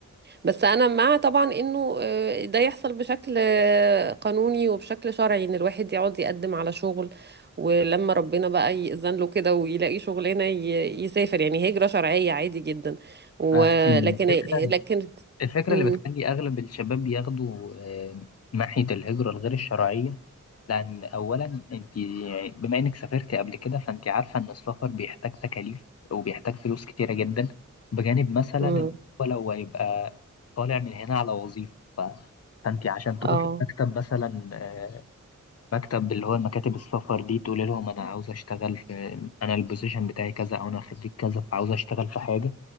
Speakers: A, on the right; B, on the left.
A: بس انا مع طبعا انه آه، ده يحصل بشكل آه، قانوني وبشكل شرعي ان الواحد يقعد يقدم على شغل ولما ربنا بقى يأذن له كده ويلاقي شغلانه ي- يسافر يعني هجره شرعيه عادي جدا ولكن
B: فالفكرة
A: لكن
B: الفكرة
A: امم
B: اللي بتخلي أغلب الشباب بياخدوا آه، ناحية الهجرة الغير الشرعية لأن أولا أنت يعني بما إنك سافرت قبل كده فأنت عارفة إن السفر بيحتاج تكاليف وبيحتاج فلوس كتيرة جدا بجانب مثلا
A: امم
B: إن هو لو هيبقى طالع من هنا على وظيفة ف- فأنت عشان تروحي
A: اه
B: مكتب مثلا آه، مكتب اللي هو مكاتب السفر دي تقولي لهم أنا عاوز أشتغل في أنا البوزيشن بتاعي كذا أو أنا خريج كذا فعاوز أشتغل في حاجة